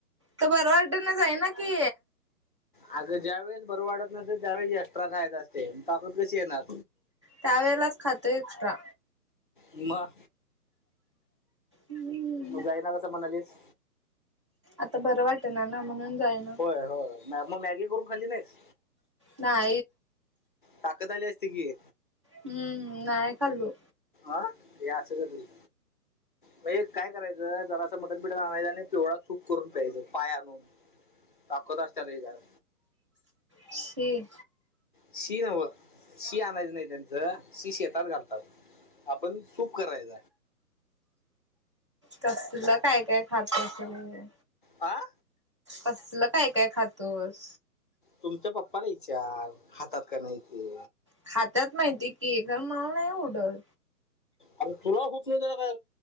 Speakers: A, on the right; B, on the left.
A: त बर वाटना जाई ना की.
B: आग ज्या वेळेस बरं वाटत नसेल त्यावेळेस एक्स्ट्रा खायचं असतेय ताकद कशी येणार.
A: त्या वेळेलाच खातो एक्स्ट्रा.
B: वा.
A: हम्म
B: जाईना कसं म्हणालीस
A: आता बरं वाटे ना ना म्हणून जाय ना.
B: होय होय मग मॅगी करून खाल्ली नाहीच.
A: ना.
B: टाक तली असती की
A: हम्म नाहीय खल्लू.
B: अह र अस त म्हणजे काय करायचं जराच मटण पिठा आणायच आणि पिवळाा सुूक करून प्यायच पाय आणून पाक दसटार ये जाल.
A: श.
B: शी नवं शी आणायचं नाही त्यांचं शी शेतात घालतात. आपण चूप करायच.
A: त तुला काय काय खात असेल.
B: आं.
A: कसलं काय काय खातोस.
B: तुमच्या पप्पाला विचार हातात का नाही ते
A: खात्यात माहिती की एण माल नाही ओडर.
B: आता तुला होत नाही ज काय